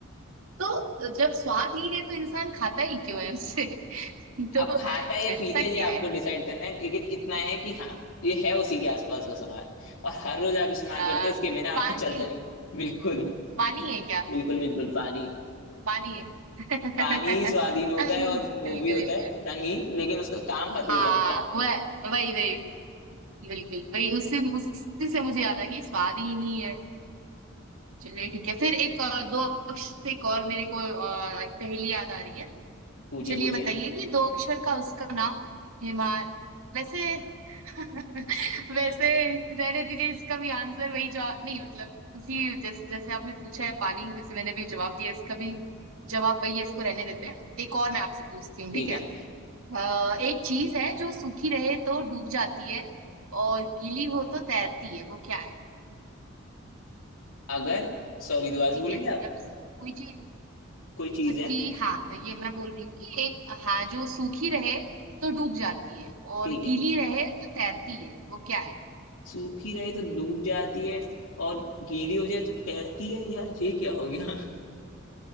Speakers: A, on the right (about 90°); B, on the left (about 85°).
A: तो जब स्वादहीन है तो इंसान खाता ही क्यों है उससे <laughs> तो
B: अब खाता है या
A: ऐसा
B: पीता है
A: क्या
B: ये आपको
A: है
B: डिसाइड करना है लेकिन इतना है कि हाँ ये है उसी के आसपास का सामान और हर रोज आप इस्तेमाल
A: आ,
B: करते हो इसके बिना
A: पानी
B: आपको चलता नहीं बिल्कुल
A: पानी है क्या
B: बिल्कुल बिल्कुल पानी
A: पानी है <laughs> बिल्कुल
B: पानी ही स्वाधीन होता है और वो
A: बिल्कुल
B: भी होता है रंगीन लेकिन उसका काम हर
A: हाँ
B: रोज आता है
A: वह वही वही बिल्कुल वही उससे उसी से मुझे याद आ गई स्वाद ही नहीं है चलिए ठीक है फिर एक अ, दो अक्षर से एक और मेरे को अ, एक पहेली याद आ रही है
B: पूछिए
A: चलिए
B: पूछिए
A: बताइए कि दो अक्षर का उसका नाम हिमा वैसे <laughs> वैसे रहने दीजिए इसका भी आंसर वही जवाब नहीं मतलब उसी जैसे जैसे आपने पूछा है पानी जैसे मैंने भी जवाब दिया इसका भी जवाब वही है इसको रहने देते हैं एक और मैं आपसे पूछती हूँ
B: ठीक
A: ठीक है
B: है
A: अ, एक चीज है जो सूखी रहे तो डूब जाती है और गीली हो तो तैरती है वो क्या है
B: अगर सॉरी दोबारा से
A: ठीक
B: बोलेंगे
A: है
B: आप
A: जब कोई चीज
B: कोई चीज है
A: कि हाँ ये मैं बोल रही हूँ कि एक हाँ जो सूखी रहे तो डूब जाती है और
B: ठीक
A: गीली
B: है
A: रहे तो तैरती है वो क्या है
B: सूखी रहे तो डूब जाती है और गीली हो जाए तो तैरती है यार ये क्या हो गया